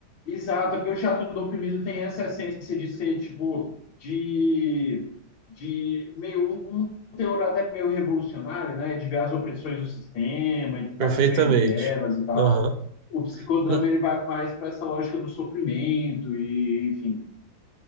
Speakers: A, on the left; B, on the right.
A: Exato, porque o teatro do oprimido tem essa essência de ser, tipo, de, de meio um, um teor até meio revolucionário, né? De ver as opressões do sistema e tentar
B: Perfeitamente.
A: compreender elas e tal.
B: Aham.
A: O psicodrama
B: Na-
A: ele vai mais para essa lógica do sofrimento e, enfim.